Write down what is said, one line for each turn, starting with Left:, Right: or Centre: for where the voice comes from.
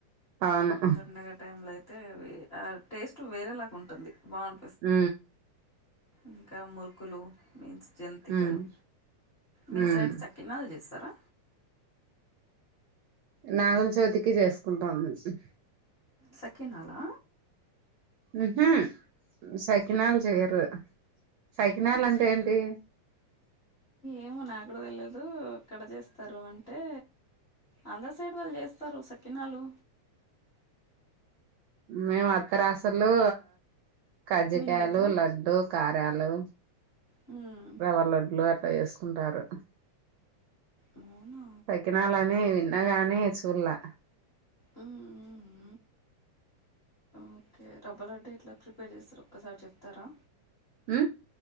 Right: అవును
Left: పండగ టైంలో అయి తే అవి ఆ టేస్ట్ వేరేలాగా ఉంటుంది బాగు
Right: ఆ
Left: ఇంకా మురుకులు మీన్స్ జంతికలు
Right: హ్మ్
Left: మీ
Right: హ్మ్
Left: సైడ్ చక్క తిన్నాక చేస్తారా
Right: నాగులచవితికి చేసుకుంటాం అండి
Left: సకినాల
Right: ఉహు సకినాలు చెయరు సకినాలు
Left: ఊహు
Right: అంటే ఏంటి
Left: ఏమో నాకుడ తెలియదు ఎక్కడ చేస్తారు అంటే ఆంధ్రా సైడ్ వాళ్ళు చేస్తారు సకినాలు
Right: మేము అత్తరా అసలు కజ్జకాయలు
Left: వినలేదా
Right: లడ్డు కారాలు
Left: హ్మ్.
Right: రవ లడ్లు అట్లా చేసుకుంటారు
Left: అవున
Right: సకినాలని విన్నగాని చూలే
Left: ఉహు ఓకే రవ్వ లడ్డు ఇట్లా ప్రిపేర్ చేస్తారు ఒకసారి చెప్తారా
Right: ఉ